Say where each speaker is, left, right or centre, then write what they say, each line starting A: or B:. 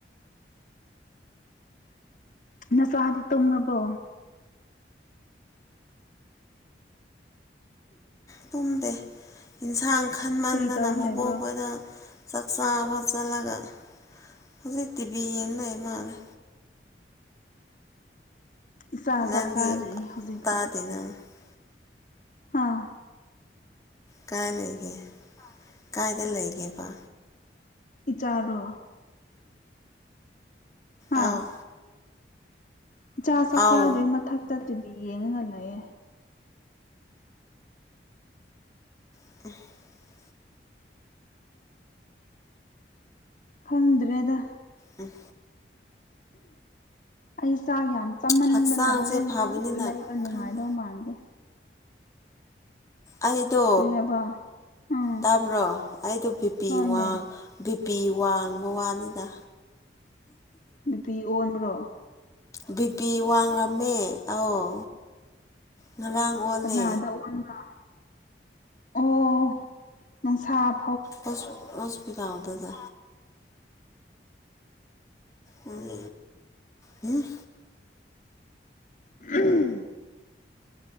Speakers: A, on the left; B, on the left.
A: ꯅꯆꯥꯗꯤ ꯇꯨꯝꯃꯕꯣ
B: ꯇꯨꯝꯗꯦ ꯌꯦꯟꯁꯥꯡ ꯈꯟꯃꯟꯗꯅ
A: ꯀꯔꯤ ꯇꯧꯔ ꯂꯩꯕ꯭ꯔꯣ
B: ꯃꯕꯣꯛ ꯈꯣꯏꯗ ꯆꯥꯛ ꯆꯥꯕ ꯆꯠꯂꯒ ꯍꯧꯖꯤꯛ ꯇꯤꯚꯤ ꯌꯦꯡ ꯂꯩ ꯃꯥꯜꯂꯦ
A: ꯏꯆꯥ ꯆꯥꯛ
B: ꯅꯪꯗꯤ
A: ꯆꯥꯗ꯭ꯔꯤ ꯍꯧꯖꯤꯛꯐꯧ
B: <unintelligible>
A: ꯍꯥ
B: ꯀꯥꯏ ꯂꯩꯒꯦ ꯀꯥꯏꯗ ꯂꯩꯒꯦꯕ
A: ꯏꯆꯥꯔꯣ ꯍꯥ
B: ꯑꯥꯎ
A: ꯏꯆꯥ ꯆꯥꯛ
B: ꯑꯥꯎ
A: ꯆꯥꯥꯗ꯭ꯔꯤ ꯃꯊꯛꯇ ꯇꯤꯚꯤ ꯌꯦꯡꯉꯒ ꯂꯩꯌꯦ
B: <unintelligible>
A: ꯈꯪꯗ꯭ꯔꯦꯗ
B: ꯎꯝ
A: ꯑꯩ ꯆꯥꯛ ꯌꯥꯝ ꯆꯥꯃꯟꯗꯅ
B: ꯍꯛꯆꯥꯡꯁꯦ
A: ꯍꯣꯔꯦꯟ
B: ꯐꯕꯅꯤꯅ
A: ꯄꯨꯛ ꯂꯩꯕ ꯅꯨꯡꯉꯥꯏꯗꯧ
B: ꯈꯪꯗꯦ
A: ꯃꯥꯟꯗꯦ
B: ꯑꯩꯗꯣ
A: ꯀꯔꯤ ꯍꯥꯏꯕ ꯎꯝ
B: ꯇꯥꯕ꯭ꯔꯣ ꯑꯩꯗꯣ ꯕꯤ ꯕꯤꯄꯤ
A: ꯍꯣꯏꯅꯦ
B: ꯋꯥꯡ ꯕꯤꯄꯤ ꯋꯥꯡꯕ ꯋꯥꯅꯤꯗ
A: ꯕꯤꯄꯤ ꯑꯣꯟꯕ꯭ꯔꯣ
B: ꯕꯤ ꯄꯤ ꯋꯥꯡꯂꯝꯃꯦ ꯑꯧ ꯉꯔꯥꯡ ꯑꯣꯜꯂꯦ
A: ꯀꯅꯥꯗ ꯎꯍꯟꯕ ꯑꯣ ꯅꯣꯡꯁꯥꯞ
B: ꯍꯣꯁ ꯍꯣꯁꯄꯤꯇꯜꯗꯗ ꯎꯝ ꯍꯨꯝ
A: ꯎꯝ